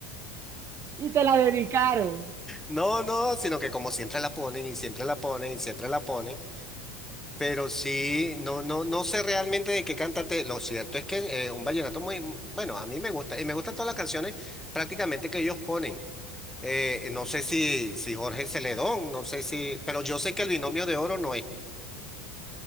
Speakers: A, on the right; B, in the centre.
A: y te la dedicaron.
B: No, no, sino que como siempre la ponen y siempre la ponen y siempre la ponen. Pero sí, no, no, no sé realmente de qué cantante. Lo cierto es que eh, un vallenato muy, bueno, a mí me gusta y me gustan todas las canciones prácticamente que ellos ponen. Eh, no sé si, si Jorge Celedón, no sé si, pero yo sé que el binomio de oro no es,